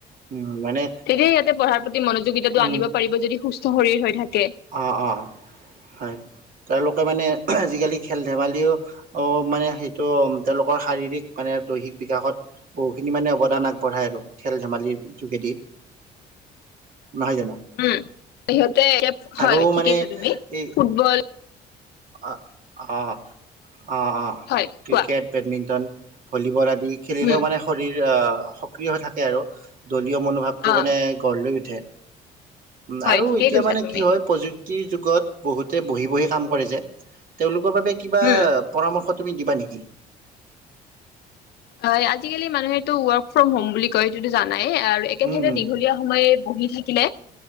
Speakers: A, on the right (about 55°); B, on the left (about 75°).
A: উম মানে
B: ঠিকেই ইয়াতে পঢ়াৰ প্ৰতি মনোযোগ যোগিতাটো
A: উম
B: আনিব পাৰিব যদি স্থ শৰীৰ হৈ থাকে।
A: অ' অ'। হয়। তেওঁলোকে মানে আজিকালি খেল ধেমালিও ও মানে সেইটো তেওঁলোকৰ শাৰীৰিক মানে দৈহিক বিকাশত বহুখিনি মানে অৱদান আগবঢ়ায় আৰু, খেল ধেমালিৰ যোগেদি। নহয় জানো
B: উম। সিহঁতে হয়।
A: আৰু
B: ঠিকে
A: মানে
B: কৈছা তুমি।
A: এই
B: ফুটবল
A: অ অ'। অঁ অঁ
B: হয়
A: ক্ৰিকেট,
B: কোৱা
A: বেডমিণ্টন ভলিবল <unintelligible> দি খেলিলেও
B: উম
A: মান শৰীৰ সক্ৰিয় হৈ থাকে আৰু। দলীয় মনোভাৱটো
B: অ
A: মানে গঢ় লৈ উঠে। উম
B: হয়
A: আৰু
B: ঠিকেই
A: এতিয়া
B: কৈছা
A: মানে
B: তুমি
A: কি হয় প্ৰযু কিৰ যুগত বহুতে বহি বহি কাম কৰে যে তেওঁলোক কৰ বাবে কিবা
B: উম
A: পৰামৰ্শ শ তুমি দিবা নেকি?
B: হয়। আজিকালি মানুহেটো ৱৰ্ক ফ্ৰম হোম বুলি কয়। সেইতোটো জানা নাই আৰু একে
A: উম
B: ঠাইতে
A: উম
B: দীঘলীয়া সময় বহি থাকিলে